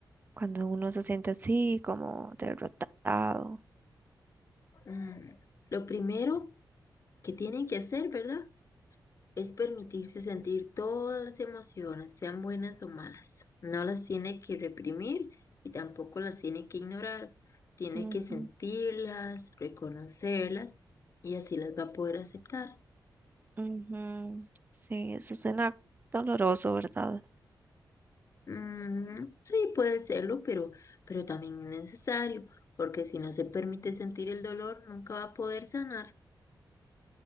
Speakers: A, on the right; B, on the left.
A: cuando uno se siente así, como derrotado?
B: Mm, Lo primero que tienen que hacer, ¿verdad? Es permitirse sentir todas las emociones, sean buenas o malas. No las tiene que reprimir y tampoco las tiene que ignorar. Tiene
A: Ujú,
B: que sentirlas, reconocerlas y así las va a poder aceptar.
A: ujú. Sí, eso suena doloroso, ¿verdad?
B: Mm, sí, puede serlo, pero, pero también es necesario, porque si no se permite sentir el dolor, nunca va a poder sanar.